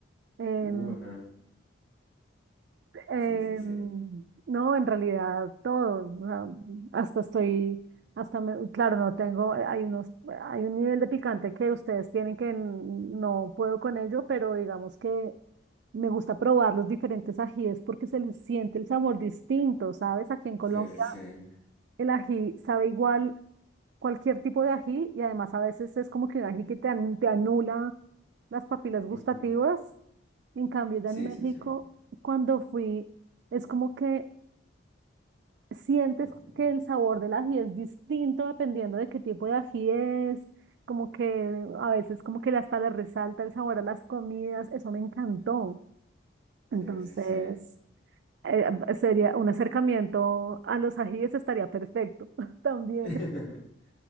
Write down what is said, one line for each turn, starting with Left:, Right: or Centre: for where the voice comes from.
Right: Em,
Left: Uh, ajá.
Right: em,
Left: Sí, sí, sí.
Right: no, en realidad todo. o sea, hasta estoy, hasta me- claro, no tengo, hay unos, hay un nivel de picante que ustedes tienen que n- no puedo con ello, pero digamos que me gusta probar los diferentes ajíes porque se les siente el sabor distinto, ¿sabes? Aquí en
Left: Sí,
Right: Colombia.
Left: sí, sí.
Right: El ají sabe igual cualquier tipo de ají y además a veces es como que un ají que te, an- te anula las papilas gustativas.
Left: Ujú.
Right: En cambio, ya
Left: Sí,
Right: en México,
Left: sí, sí.
Right: cuando fui, es como que sientes
Left: Ujú.
Right: que el sabor del ají es distinto dependiendo de qué tipo de ají es, como que a veces como que hasta le resalta el sabor a las comidas. Eso me encantó.
Left: Sí,
Right: Entonces,
Left: sí, sí.
Right: eh, sería un acercamiento a los ajíes estaría perfecto <laughs> también.
Left: <laughs>